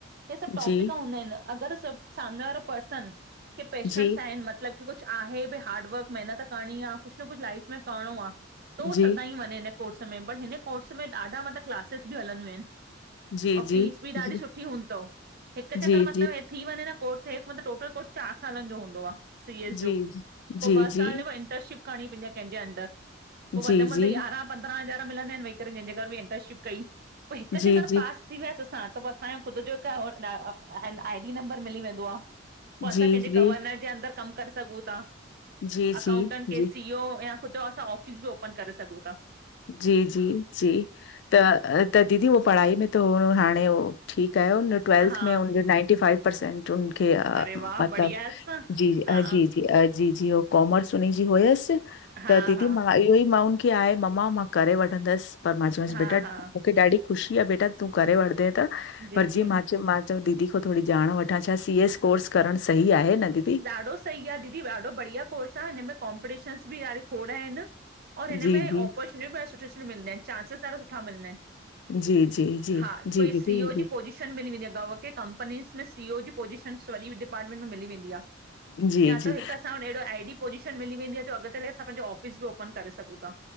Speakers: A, on the right; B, on the left.
A: हे सभु टॉपिक
B: जी
A: हूंदा आहिनि। अगरि सभु सामने वारो पर्सन खे पेशंस
B: जी
A: आहिनि मतलब की कुझ आहे भई हार्डवर्क महिनत करणी आ कुझु न कुझु लाइफ में करिणो आ
B: जी
A: त उहो सदाईं वञे कोर्स में बट हिन कोर्स में ॾाढा मतलब क्लासेिस बि हलंदियूं आहिनि।
B: जी
A: और
B: जी जी जी
A: फीस बि ॾाढी सुठी हूंदी थव हिकु चक्कर
B: जी
A: मतिलबु
B: जी
A: हे थी वञे न कोर्स हे मतलबु टोटल कोर्स चारि सालनि जो हूंदो आ। सी एस जो।
B: जी जी। जी
A: पो ॿ
B: जी।
A: साल इंटर्नशिप करणी पवंदी कंहिंजे अंदरि,
B: जी,
A: पोइ वधि
B: जी,
A: वधि यारहां पंधरा हजार मिलंदा आहिंन वेही करे जहिंजे घर इनतर्नशिप कयी, पोइ हिक
B: जी,
A: चकर
B: जी,
A: पास थी वियसि असां, त पो असांयों ख़ुदि जो हिकु <unintelligible> आई डी नंबर मिली वेंदो आ।
B: जी,
A: पो असां कंहिंजे
B: जी,
A: गवर्नर जे अंदरुि कमु करे सघूं ता।
B: जी, जी, जी,
A: अकाउंटेंट के सीओ या ख़ुदि असां ऑफिस बि ओपन करे सघूं ता।
B: जी जी जी। त, त दीदी हो पढ़ाई में त हाणे उह, ठीकु आयो न। ट्वेल्थ
A: हा
B: में हूनखे नाइंटी फाइव परसेंट उनखे,
A: अरे वाह
B: मतलबु
A: बढ़िया असां
B: जी
A: हा
B: जी जी अ जी जी, उ कॉमर्स उन जी हुयसि,
A: हा
B: त दीदी
A: हा
B: मां इहो ई मां उनखे आहे मां, मां करे वठंदंसि, पर मां चयों मासि,
A: हा
B: बेटा
A: हा हा
B: मूंखे ॾाढी ख़ुशी आ बेटा तूं करे वठदे त
A: जी
B: पर
A: जी
B: जीअं मां चयो मां चयोम, दीदी खां थोरी ॼाण वठां छा सी एस कोर्स करणु सही आहे न दी
A: ॾाढो सही आ दीदी ॾाढो बढ़िया कोर्स आ, हिनमें कॉम्पिटीशनस बि ॾाढी खोढ आहिन। और हिनमें
B: जी, जी।
A: ऑपॉर्चुनि ॿी ॾा सुठी सुठी मिलंदी आहिनि, चांसिस ॾाढा सुठा मिलंदा आहिनि।
B: जी, जी, जी,
A: हा,
B: जी
A: कोई
B: दीदी,
A: सीओ जी पोजी शन मिली वेंदी आ, कव खे कंपनींज में सीओ जी पोज़ीशनस वॾी डिपार्टमेंट में मिली वेंदी आ।
B: जी,
A: या
B: जी, जी,
A: त हिकु असां वटि अहिड़ो आई डी पोज़ीशन मिली वेंदी आ, जो अॻतले असां पंहिंजो ऑफिस बि ओपन करे सघूं ता।